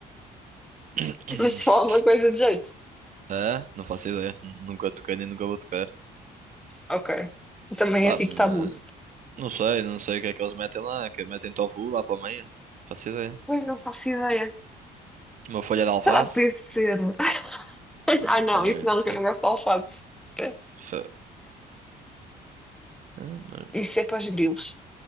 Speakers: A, on the right; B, in the centre.
A: <clears throat>
B: <laughs> mas só alguma coisa de jeito.
A: Ah, não faço ideia. Nunca toquei nem nunca vou tocar.
B: Ok, também
A: Pá,
B: é tipo
A: mas
B: tabu.
A: não sei, não sei o que é que eles metem lá. Que metem tofu lá para a meia. Faço ideia.
B: Mas não faço ideia.
A: Uma folha de alface?
B: Será que podia ser? <laughs>
A: Não
B: Ah,
A: sei,
B: não, isso não,
A: não sei.
B: que eu não gosto de alface. É,
A: Fe- Ah, mas,
B: Isso é para os grilos.